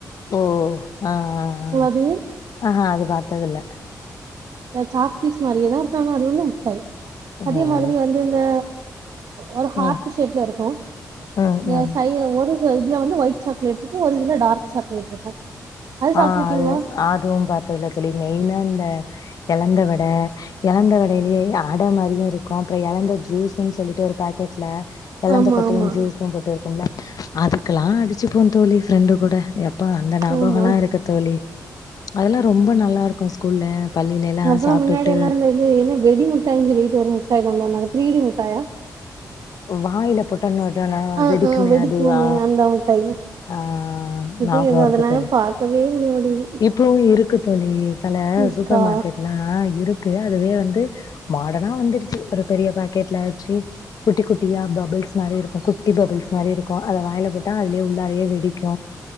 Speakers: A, on the left (about 70°); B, on the right (about 70°).
A: ஓஹ் ஆஹ்ஹ்ஹ்
B: அது
A: ஆஹ்ஹா அது பாத்தது இல்ல
B: சாப்பீஸ் மாரியேதாருக்கானா அது வந்து டை அதே
A: ம்
B: மாதிரி வந்து இந்த ஒரு ஹார்ட்டு
A: ம்
B: ஷேப்ல இருக்கோ
A: ம்
B: எ
A: ம்
B: சை அ ஒரு இதுல வந்து ஒயிட் சாக்லேட் இருக்கு ஒரு இதுல டார்க் சாக்லேட் இருக்கு அது சாப்ட்ருக்கீங்களா
A: ஆ அது அதுவு பாத்ததில தோழி மெயினா இந்த எலந்த வட எலந்த வடைலயே அட மாரியுருக்கோ அப்றோ எலந்த ஜுசுன் சொல்லிட்டு ஒரு பாக்கெட்ல எலந்த
B: ஆமா
A: கொட்டயு
B: ஆமா
A: ஜுஸு போட்டு இருக்கும்ல அதுக்குலா அடுச்சிப்போ தோழி ஃப்ரெண்டு கூட எப்பா
B: ஆமா
A: போகலா இருக்க தோழி அதெல்லா ரொம்ப நல்லாருக்கு ஸ்கூல்ல பள்ளியிலலாம்
B: அப்றோ
A: சாப்ட்டுபுட்டு
B: முன்னாடி எல்லா இந்த இது என்ன வெடி முட்டாய்ன் சொல்லிட்டு ஒரு முட்டாய் கொண்டு வந்தாங்க த்ரீடி முட்டாயா
A: வாய்ல போட்டோனே இதானா
B: ஆ
A: வெடிக்குமே
B: ஆ
A: அதுவா
B: அந்த முட்டாய்
A: ஆ
B: இப்ப
A: ஞாபகோ
B: எது
A: இருக்கு
B: அதெல்லா
A: தோழி
B: பாக்கவே முடிய மாட்டேங்கி
A: இப்பவு இருக்கு தோழி செல
B: இருக்கா
A: சூப்பர் மார்க்கெட்லா இரு க்கு அதுவே வந்து மாடனா வந்துடுச்சு ஒரு பெரிய பாக்கெட்ல வெச்சு குட்டி குட்டியா பபுள்ஸ் மாரி இருக்கு குட்டி பபுள்ஸ் மாரி இருக்கு அத வாய்ல போட்டா அதுலே உள்ளாரையே வெடிக்கு